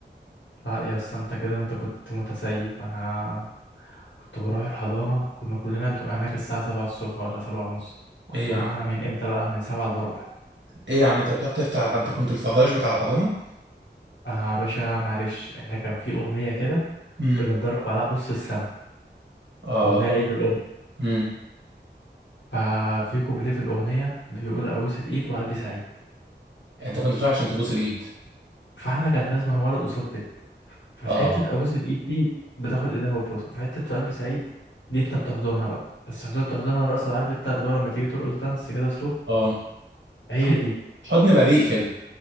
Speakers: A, on the left; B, on the right.
A: لا يا اسطى انت كده انت كنت متسيب انا كنت بروح الحضانه كنا كلنا بنبقى هناك الساعه 7 الصبح ولا 7 ونص كنت
B: ايه يا
A: بروح
B: عم
A: انا من امتى بقى من 7 الا ربع
B: ايه يا عم انت بتروح تفتح انت كنت الفراش بتاع الحضانه
A: اه باشا معلش احنا كان في اغنيه كده
B: امم
A: بنتدرب عليها نص السنه
B: اه
A: اغنيه لعيد الام
B: امم
A: ففي كوبليه في الاغنيه بيقول ابوس الايد وقلبي سعيد
B: انت كنت بتروح عشان تبوس الايد
A: فاحنا كان لازم ولد قصاد بنت ففي
B: اه
A: حتة أبوس الإيد دي بتاخد إيدها وتبوسها في حتة قلب سعيد دي أنت بتحضنها بقى بس حضرتك بتحضنها رقص عارف أنت اللي هو لما تيجي ترقص دانس كده سلو
B: اه
A: هي
B: حضن
A: دي
B: حضن بريء كده